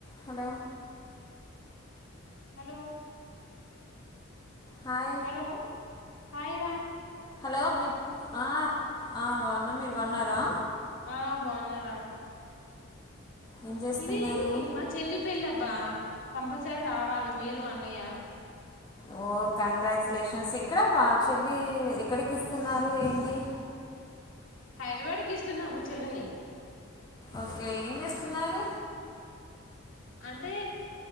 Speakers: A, on the left; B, on the left.
A: హలో
B: హలో
A: హాయ్
B: హలో హయిరా
A: హలో విన్ ఆ ఆ బాగున్నా మీరు బాగున్నారా
B: ఆ బాగున్నారా
A: ఏం చేస్తున్నారు
B: ఇది మా చెల్లి పెళ్ళ అబ్బా కంపల్సరీ రావాలి మీరు అన్నయ
A: ఓ కంగ్రాచ్యులేషన్స్ ఇక్కడ పా చెల్లి ఎక్కడికి ఇస్తున్నారు ఏంటి
B: హైదరాబాద్కి ఇస్తున్నాము చెల్లెని
A: ఓకే ఏం చేస్తున్నారు
B: అంటే